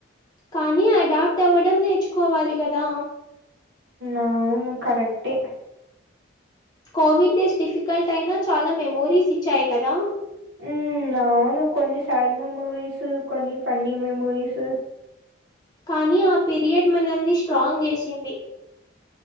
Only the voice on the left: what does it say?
కానీ అడాప్ట్ అవ్వడం నేర్చుకోవాలి గదా.
కోవిడ్ డెస్ట్ డిఫికల్ట్ అయినా చాలా మెమోరీస్ ఇచ్చాయి కదా.
కానీ ఆ పిరియడ్ మనల్ని స్ట్రాంగ్ జేశింది.